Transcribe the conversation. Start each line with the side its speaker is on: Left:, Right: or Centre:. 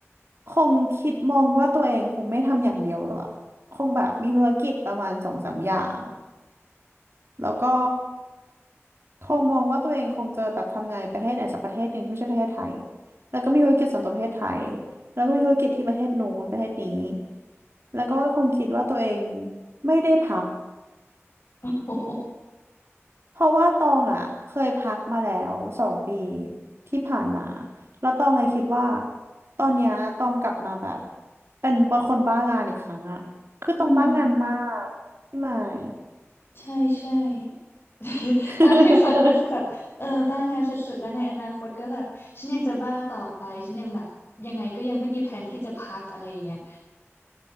Right: คงคิดมองว่าตัวเองคงไม่ทำอย่างเดียวหรอกคงแบบมีธุรกิจประมาณสองสามอย่างแล้วก็ คงมองว่าตัวเองคงจะแบบทำงานประเทศไหนสักประเทศหนึ่งที่ไม่ใช่ประเทศไทยแล้วก็มีธุรกิจส่วนตัวประเทศไทยแล้วก็มีธุรกิจที่ประเทศนู้นประเทศนี้แล้วก็คงคิดว่าตัวเองไม่ได้พัก
Left: โอ้โห
Right: เพราะว่าตองอ่ะเคยพักมาแล้วสองปีที่ผ่านมาแล้วตองเลยคิดว่าตอนเนี้ยตองกลับมาแบบเป็นคนบ้างานอีกครั้งอ่ะคือตองบ้างานมากพี่หมาย
Left: อืมใช่ใช่ <laughs>
Right: <laughs>
Left: ถ้าให้ฟังก็คือแบบเออบ้างานสุดๆ แล้วในอนาคตก็แบบ ฉันยังจะบ้าต่อไป ฉันยังแบบ ยังไงก็ยังไม่มีแผนที่จะพักอะไรอย่างเงี้ย